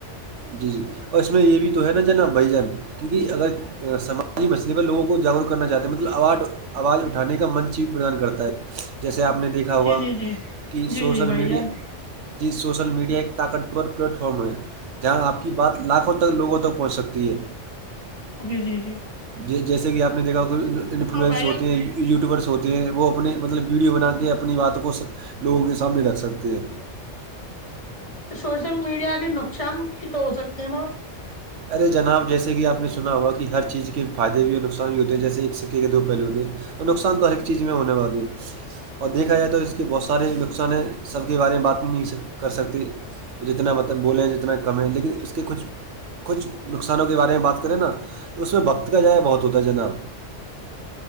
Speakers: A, on the right; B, on the left.
A: جی جی اور اس میں یہ بھی تو ہے نا جو نا بھائی جان کیونکہ اگر سماجی مسئلے پر لوگوں کو جاگرک کرنا چاہتے ہیں مطلب آوارڈ آواز اٹھانے کا منچی پردان کرتا ہے جیسے آپ نے دیکھ ہوا
B: جی جی جی
A: کہ
B: جی
A: سوشل
B: جی بھائی
A: میڈیا
B: جان
A: جی سوشل میڈیا ایک طاقتور پلیٹ فارم ہے یہاں آپ کی بات لاکھوں تک لوگوں تک پہنچ سکتی ہے
B: جی جی جی
A: جے جیسے ہی کہ آپ نے دیکھا انفلوئنس
B: اور بھائی
A: ہوتے
B: جان
A: ہیں یوٹیوبرس ہوتے ہیں وہ اپنے مطلب ویڈیو بنا کے اپنی باتوں کو لوگوں کے سامنے رکھ سکتے ہیں
B: سوشل میڈیا کے نقصان بھی تو ہو سکتے ہیں نا
A: ارے جناب جیسے کہ آپ نے سنا ہوا کہ ہر چیز کے فائدے بھی اور نقصان بھی ہوتے ہیں جیسے ایک سکے کے دو پہلو ہوتے ہیں نقصان تو ہر ایک چیز میں ہونے والی ہے اور دیکھا جائے تو اس کے بہت سارے نقصان ہیں سب کے بارے میں بات نہیں کر سکتے جتنا مطلب بولیں جتنا کم ہے لیکن اس کے کچھ کچھ نقصانوں کے بارے میں بات کریں نا تو اس میں وقت کا ضائع بہت ہوتا ہے جناب